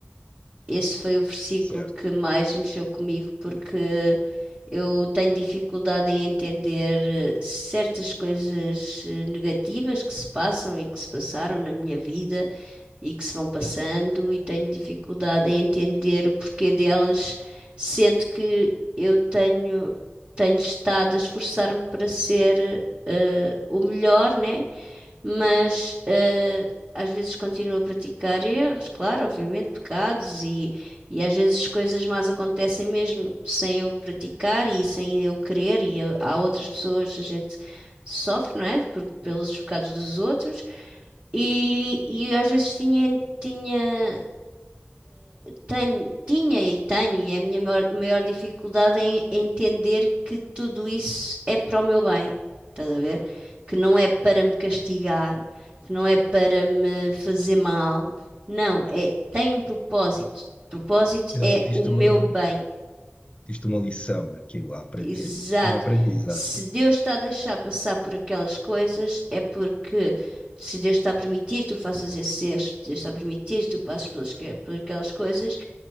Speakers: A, on the right (about 25°); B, on the left (about 25°).
A: Esse foi o versículo
B: Certo.
A: que mais mexeu comigo porque eu tenho dificuldade em entender eh, certas coisas eh, negativas que se passam e que se passaram na minha vida e que se vão passando, e tenho dificuldade em entender o porquê delas, sendo que eu tenho, tenho estado a esforçar-me para ser eh, o melhor, né? mas eh, às vezes continuo a praticar erros, claro, obviamente, pecados, e, e às vezes coisas más acontecem mesmo sem eu praticar e sem eu querer, e eu- há outras pessoas, a gente sofre, não é? Por, pelos pecados dos outros, e, e às vezes tinha, tinha. Tenho, tinha e tenho, e é a minha maior, maior dificuldade em entender que tudo isso é para o meu bem, estás a ver? Que não é para
B: Yeah.
A: me castigar, que não é para me fazer mal, não, é, tem um propósito. O Propósito
B: se
A: é
B: já te diste
A: o meu
B: uma,
A: bem,
B: Isto é uma lição, aquilo a aprender,
A: exato.
B: isto é uma aprendizagem.
A: Se Deus está a deixar passar por aquelas coisas, é porque se Deus está a permitir que tu faças esses erros, se Deus está a permitir que tu passes pelas, que- por aquelas coisas